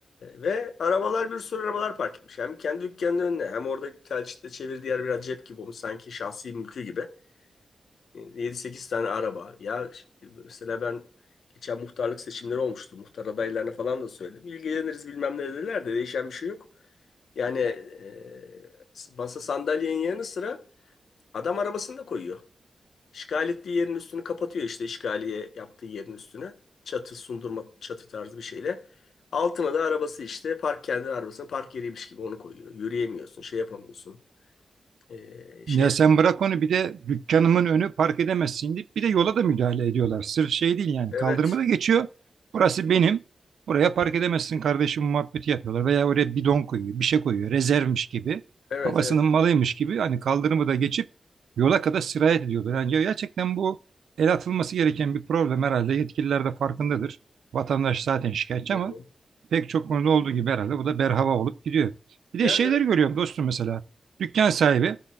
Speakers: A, on the left (about 80°); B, on the right (about 80°).
A: ve arabalar bir sürü arabalar park etmiş. Hem kendi dükkanının önüne hem orada telçitle çevirdiği yer biraz cep gibi olmuş. Sanki şahsi mülkü gibi. Ee, 7-8 tane araba. Ya ş- mesela ben geçen muhtarlık seçimleri olmuştu. Muhtar adaylarına falan da söyledim. İlgileniriz bilmem ne dediler de değişen bir şey yok. Yani e, masa sandalyenin yanı sıra adam arabasını da koyuyor. İşgal ettiği yerin üstünü kapatıyor işte işgaliye yaptığı yerin üstüne. Çatı sundurma çatı tarzı bir şeyle. Altına da arabası işte park kendi arabasına park yeriymiş gibi onu koyuyor. Yürüyemiyorsun, şey yapamıyorsun. Ee, şey
B: Ya sen bırak onu bir de dükkanımın önü park edemezsin deyip bir de yola da müdahale ediyorlar. Sırf şey değil yani
A: evet.
B: kaldırımı da geçiyor. Burası benim. Buraya park edemezsin kardeşim muhabbeti yapıyorlar. Veya oraya bidon koyuyor, bir şey koyuyor. Rezervmiş gibi.
A: Evet
B: Babasının
A: evet.
B: malıymış gibi. Hani kaldırımı da geçip yola kadar sirayet ediyorlar. Yani gerçekten bu el atılması gereken bir problem herhalde. Yetkililer de farkındadır. Vatandaş zaten şikayetçi
A: Hı
B: ama
A: hı.
B: Pek çok konuda olduğu gibi herhalde bu da berhava olup gidiyor. Bir de
A: Yani
B: şeyleri görüyorum dostum mesela. Dükkan sahibi